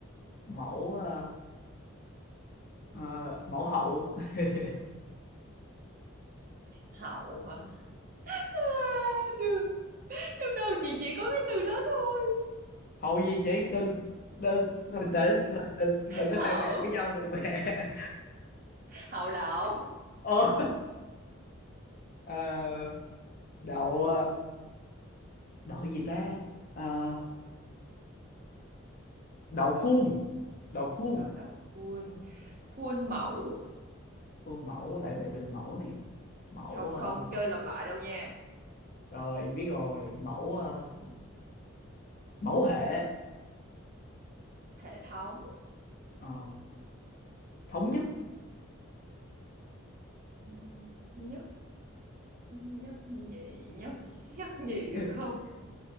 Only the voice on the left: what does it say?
mẫu à, Ờ, mẫu hậu <laughs>
hậu gì chị đừng đừng bình tĩnh mình mình, mình có
thể bàn với nhau được mẹ <laughs>
Ờ, ờ, đậu ờ, đậu gì ta Ờ, đậu khuôn
đậu khuôn
khuôn mẫu lại về từ mẫu nè mẫu
ờ,
rồi em biết rồi mẫu ờ,
mẫu hệ
Ờ, thống nhất
<laughs>